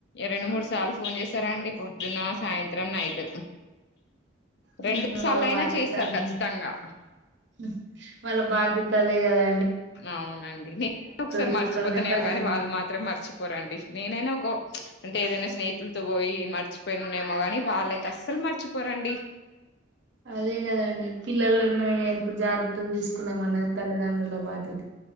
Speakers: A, on the left; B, on the right.
A: రెండు మూడు సార్లు ఫోన్ చేస్తారండి పొద్దున సాయంత్రం నైట్
B: ఉమ్
A: రెండు సార్లు
B: వాళ్ళ
A: అయినా
B: బాధ్యతని
A: చేస్తారు ఖచ్చితంగా
B: హు వాళ్ళ బాధ్యత కదే కదా
A: హా అవునండి నే ఒకసారి
B: చూసుకోవడమే
A: మర్చిపోతున్నానేమో
B: తల్లిదండ్రులు
A: గాని వాళ్ళు మాత్రం మర్చిపో పోరండి నేనైనా ఒక అంటే ఏదైనా స్నేహితులతో పోయి మర్చిపోయినేమో కాని వాళ్లైతే అస్సలు మర్చిపోరండి
B: అదే కదండి పిల్లలని ఎంత జాగ్రత్త తీసుకునే మనం తల్లిదండ్రుల బాధ్య